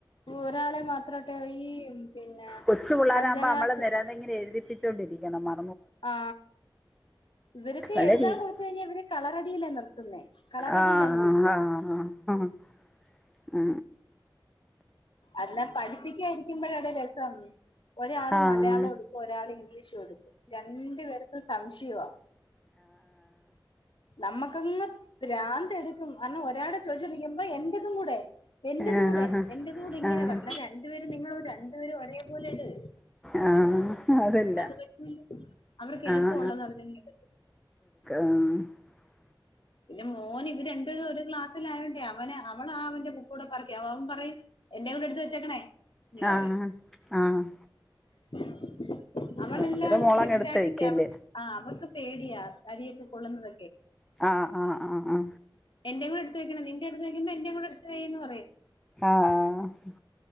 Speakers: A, on the left (about 85°); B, in the centre.
A: ഒരാളെ മാത്രം ട്ട് ഈ പിന്നെ
B: കൊച്ചു പിള്ളാരാവുമ്പോ
A: അഞ്ചാം ക്ലാസ്
B: നമ്മള് നിരന്തരം ഇങ്ങനെ എഴുതിപ്പിച്ചോണ്ടിരിക്കണം മ
A: ആ ഇവർക്ക്
B: വല്ല
A: എഴുതാൻ
B: രീതി
A: കൊടുത്ത് കഴിഞ്ഞാ ഇവര് കളറടിയിലാ നിർത്തുന്നേ. കളറടിയിലന്നും
B: ആ
A: ഇല്ല
B: ആ ആ ആ
A: അല്ല പഠിപ്പിക്കായിരിക്കുമ്പോഴടെ രസം ഒരാള്
B: ആഹ്
A: മലയാളം എടുക്കും. ഒരാള് ഇംഗ്ലീഷും രണ്ടു പേർക്കും സംശയവാ നമുക്കങ്ങ് ഭ്രാന്ത എടുത്ത് ഉം അന്ന് ഒരാളെ ചോദിച്ചോദിക്കുമ്പോ എന്റെതും കൂടെ എന്റെതും
B: ആഹ്
A: കൂടെ എന്റെ അൂ ഇങ്ങനെ
B: ആഹ്
A: പറഞ്ഞ രണ്ടുപേര തും കൂടി ഇങ്ങനെ പറി എന്ന രണ്ടു പേരും നിങ്ങള് രണ്ടുപേരും ഒരേപോലെ ഇട്.
B: ആഹ് അതില്ല
A: അത് പറ്റൂല അവർക്ക് എളുപ്പമുള്ളത്
B: ആഹ്
A: അവരങ്ങിടും.
B: ആഹ
A: പിന്നെ മോന് ഇവര് രണ്ടുപേര് ഒരു ക്ലാസ്സ്‌ ത്തിലായണ്ടേ അവന അവള ലായൊണ്ടേ അവന് അവള് അവന്റെ ബുക്ക് കൂടെ പറക്കി അവൻ പറയും എന്റെ കൂടെ എടുത്തു വെച്ചേക്കണേ എടുത്ത വെച്ചേക്കണേ ഇങ്ങനെ
B: ആഹ് ആഹ്
A: പറയും
B: ആഹ് ആഹ്
A: <unintelligible> അവളെല്ലാം
B: അന്നേരം മോളങ്ങ്
A: കറക്റ്റായിട്ട്
B: എടുത്ത് വെക്കുല്ലേ
A: ചെയ്യും അവക്ക് ആ അവക്ക് പേടിയാ തടിയൊക്കെ കൊള്ളുന്നത
B: ആഹ് ആഹ് ആ ആ
A: എന്റെ കൂടെടുത്ത് വെക്കണോ നിന്റെ എടു വയ്ക്കുമ്പ എന്റെ കൂടെടുത്ത് വെയ്യീന്ന് പറയരുത്
B: ആഹ് ആഹ്